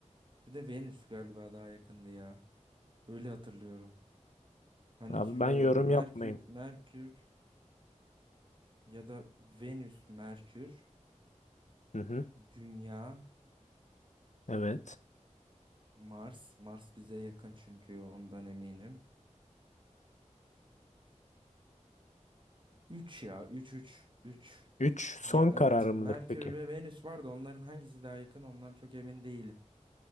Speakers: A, on the right (about 40°); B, on the left (about 70°).
A: Bir de Venüs galiba daha yakındı ya. Öyle hatırlıyorum. Hani
B: Abi
A: şöyle
B: ben yorum
A: Merkür,
B: yapmayayım.
A: Merkür Ya da Venüs, Merkür,
B: Hı hı,
A: Dünya,
B: evet.
A: Mars. Mars bize yakın çünkü ondan eminim. 3 ya üç üç üç.
B: Üç son
A: Ya evet
B: kararım
A: Merkür
B: mıdır peki?
A: ve Venüs vardı. Onların hangisi daha yakın ondan çok emin değilim.